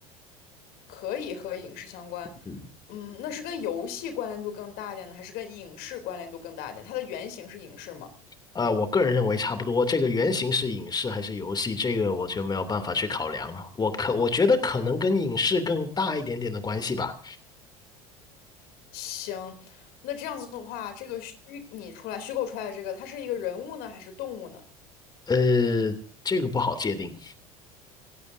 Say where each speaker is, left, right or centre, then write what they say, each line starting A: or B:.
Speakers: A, on the left; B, on the left.
A: 可以和影视相关，
B: 嗯
A: 嗯，那是跟游戏关联度更大一点呢，还是跟影视关联度更大一点？它的原型是影视吗？
B: 呃，我个人认为差不多。这个原型是影视还是游戏，这个我就没有办法去考量了。我可我觉得可能跟影视更大一点点的关系吧。
A: 行，那这样子的话，这个虚拟出来、虚构出来的这个，它是一个人物呢，还是动物呢？
B: 呃，这个不好界定。